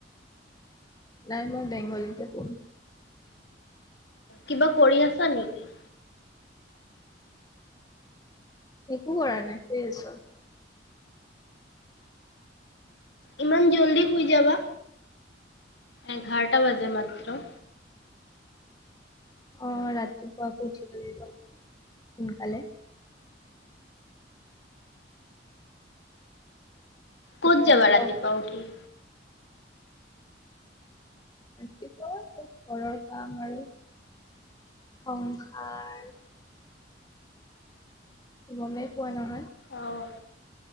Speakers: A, on the left (about 20°); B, on the left (about 70°).
A: নাই মই বেংগলীতে কম।
B: কিবা কৰি আছা নেকি?
A: একো কৰা নাই শুই আছো।
B: ইমান জল্দি শুই যাবা? এঘাৰটা বাজে মাত্ৰ।
A: অ', ৰাতিপুৱা আকৌ উঠি বৈ লাগিব নহয় সোনকালে।
B: ক'ত
A: আপোনাৰ
B: যাবা
A: খোৱা
B: ৰাতিপুৱা
A: বোৱা খালে?
B: উঠি?
A: ৰাতিপুৱা ঘৰৰ কাম আৰু সংসাৰ গমেই পোৱা নহয়?
B: অ'।